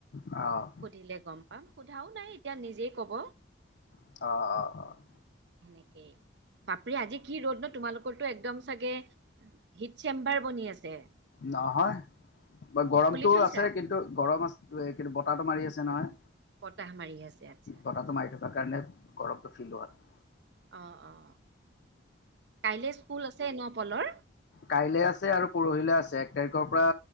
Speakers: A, on the left; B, on the right.
A: অ'।
B: সুধিলে গম পাম সোধাও নাই এতিয়া নিজেই ক'ব।
A: অ', অ', অ'।
B: সেনেকেই বাপৰে আজি কি ৰ'দ ন তোমালোকৰটোো একদম চাগে হিট চেম্বাৰ বনি আছে।
A: নহয় গৰমতটো
B: খুলি থৈছা
A: আছে কিন্তু গৰম আছে। কিন্তু এই বতাহটো মাৰি আছে নহয়।
B: বতাহ মাৰি আছে আচ্ছা।
A: বতাহটো মাৰি থকাৰ কাৰণে গৰমটো ফিল হোৱা নাই।
B: অ', অ', কাইলৈ স্কুল আছে ন পলৰ?
A: কাইলে আছে আৰু পৰহিলে আছে এক তাৰিখৰ পৰা